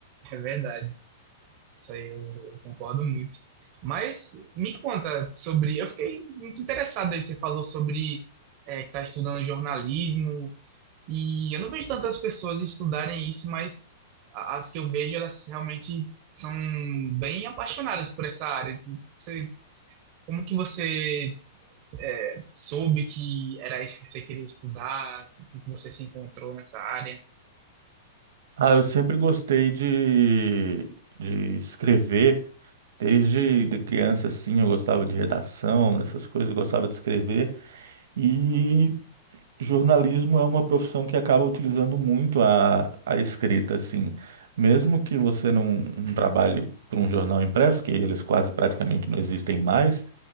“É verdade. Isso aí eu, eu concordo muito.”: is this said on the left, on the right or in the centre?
Right